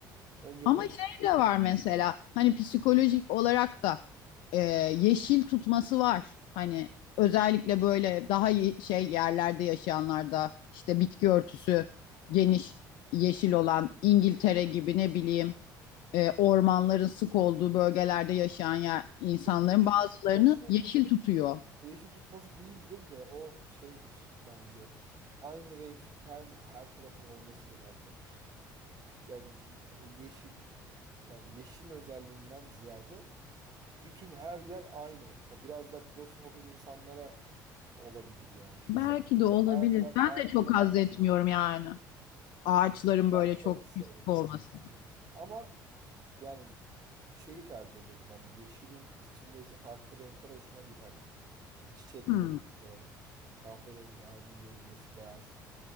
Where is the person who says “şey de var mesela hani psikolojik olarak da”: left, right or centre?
Left